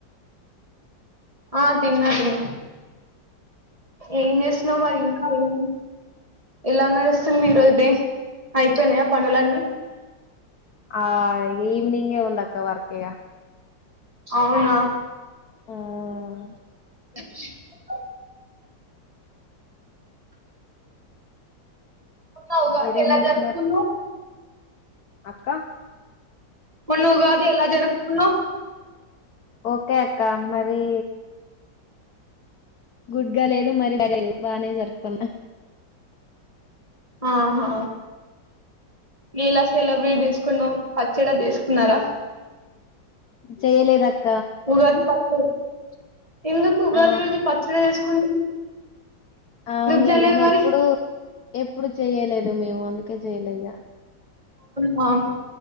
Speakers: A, on the right; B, on the left.
A: ఆ తిన్నా తిన్నా ఏం చేస్తున్నావు మరి ఇంకా ఏం ఎలా నడుస్తుంది ఈరోజు డే అయిపోయినాయా పనులన్నీ
B: ఆ ఈవనింగే వుందక్క వర్క్ ఇగా
A: అవునా
B: హ్మ్
A: <inaudible> అవుగా
B: మీరేం
A: ఎలా
B: చేస్తున్నారు
A: దరకును <unintelligible>
B: అక్క
A: ఇప్పుడు నువ్ ఉగాది ఎలా జరుపుతున్నావు
B: ఓకే అక్క మరీ గుడ్గా లేదు మరి బానే జరుపుకున్నా
A: ఆహా ఎలా సెలబ్రేట్ చేసుకు ఇప్పుడు నువ్ పచ్చడా చేసుకున్నారా
B: చేయలేదు అక్
A: ఉగాది పచ్చడి ఎందుకు ఉగాది
B: ఆ
A: రోజు పచ్చడి వేసుకుని
B: అవునులే
A: చేయలేదు
B: కాని
A: మరి
B: ఎప్పుడు ఎప్పుడు చేయలేదు మేము అందుకే చేయలేగా
A: మమ్